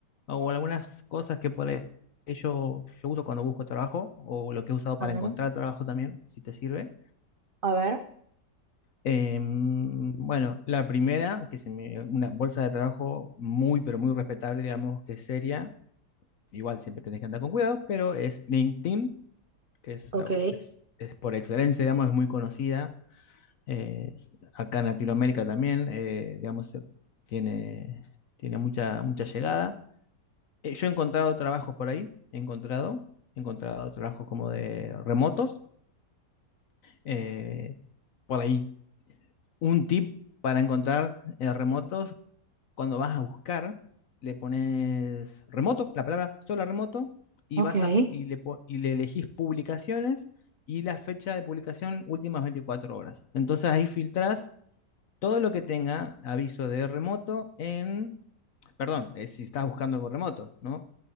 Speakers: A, on the left; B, on the right.
A: o algunas cosas que por ahí yo, yo uso cuando busco trabajo o lo que he usado para
B: A ver,
A: encontrar trabajo también, si te sirve.
B: a ver.
A: Em, bueno, la primera, que es una bolsa de trabajo muy, pero muy respetable, digamos que es seria, igual siempre tenés que andar con cuidado, pero es LinkedIn, que es,
B: Ok,
A: la, es es por excelencia, digamos, es muy conocida Eh, acá en Latinoamérica también, eh, digamos, eh, tiene, tiene mucha, mucha llegada. Eh, yo he encontrado trabajos por ahí, he encontrado, he encontrado trabajos como de remotos. Eh, por ahí, un tip para encontrar eh, remotos, cuando vas a buscar, le pones remoto, la palabra sola remoto, y
B: ok.
A: vas a, y le, po- y le elegís publicaciones y la fecha de publicación últimas 24 horas. Entonces ahí filtrás todo lo que tenga aviso de remoto en, perdón, eh, si estás buscando algo remoto, ¿no?